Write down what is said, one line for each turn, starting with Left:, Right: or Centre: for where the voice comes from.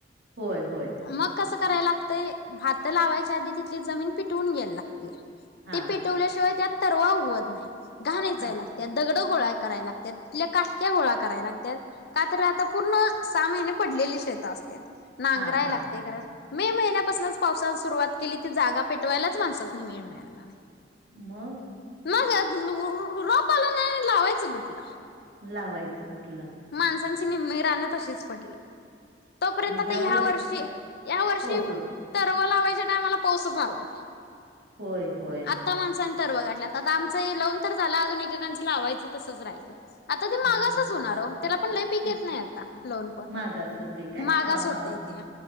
Right: होय होय.
Left: मग कसं करायला लागतंय भातं लावायच्या आधी तिथली जमीन पिटवून घ्यायला लागतीया
Right: हा.
Left: पटवल्याशिवाय त्यात तरवा उगवत नाही घाण वेचायला.
Right: हां,
Left: त्यात दगडं गोळाय कराय लागतात, तिथल्या काटक्या गोळा कराय लागत्यात. का तर आता पूर्ण सहा महिने पडलेली शेत असतात नांगरायला
Right: हां, हां.
Left: ते करा, मे महिन्यापासूनच पावसान सुरुवात केली, ती जागा पेटवायलाच माणसासनी वेळ मिळे त्याला नाही.
Right: मग?
Left: मग रो रो रोप आलं ना लावायचं कुठलं?
Right: लावायचं कुठलं?
Left: माणसांची निम्मी रानं तशीच पडली. तोपर्यंत
Right: आणि ह्यावर
Left: तर या वर्षी, या वर्षी
Right: पाऊसच.
Left: तरवा लावायच्या टायमाला पाऊसच आला.
Right: होय होय.
Left: त्या माणसांनी तरवं गाठला, आता आमचं हे लावून तर झालं अजून एक एकेकांच लावायचं तसचं राहिलं. आता तर
Right: मग
Left: मागासच होणार ओ. त्याला पण लय पीक
Right: हं,
Left: येत नाही आता लावून पण
Right: मागास होते काय?
Left: मागास
Right: हां, हां.
Left: होतंय ते.